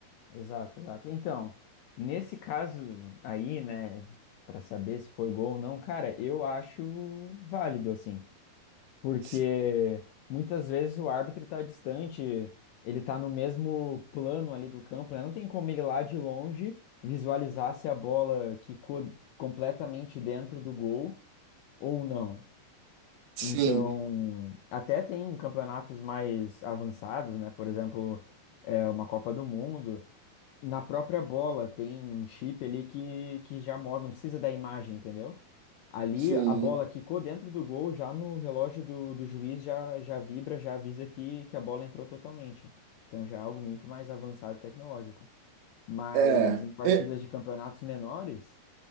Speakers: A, on the left; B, on the right.
A: exato, exato. Então, nesse caso aí, né, Pra saber se foi gol ou não, cara, eu acho válido assim. porque
B: Si-
A: muitas vezes o árbitro está distante, ele está no mesmo plano ali do campo, né? Não tem como ele lá de longe visualizar se a bola quicou completamente dentro do gol ou não.
B: Sim,
A: Então, até tem campeonatos mais avançados, né? Por exemplo, é, uma Copa do Mundo. Na própria bola tem um chip ali que, que já mostra, não precisa da imagem, entendeu? Ali
B: sim.
A: a bola quicou dentro do gol, já no relógio do, do juiz já, já vibra, já avisa que, que a bola entrou totalmente. Então já é algo muito mais avançado tecnológico. Mas
B: É,
A: em partidas
B: E-
A: de campeonatos menores,